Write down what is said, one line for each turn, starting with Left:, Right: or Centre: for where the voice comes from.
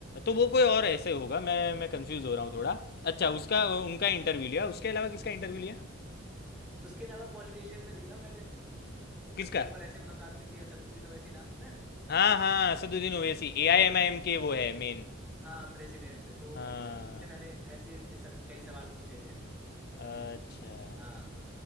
Left: तो वो कोई और ऐसे होगा मैं मैं कंफ्यूज हो रहा हूँ थोड़ा अच्छा
Centre: हम्म।
Left: उसका उनका इंटरव्यू लिया उसके अलावा किसका इंटरव्यू लिया
Centre: उसके अलावा पॉलिटिशियन में लिया मैंने
Left: किसका
Centre: एक बार ऐसे मुलाकात हुई थी असदुद्दीन ओवैसी नाम सुना है
Left: हाँ हाँ असदुद्दीन ओवैसी ए आई एम आई एम के वो है मेन
Centre: हाँ प्रेसिडेंट तो
Left: हाँ
Centre: उनसे उनसे मैंने ऐसे ऐसा- कई सवाल पूछे थे
Left: अच्छा
Centre: हाँ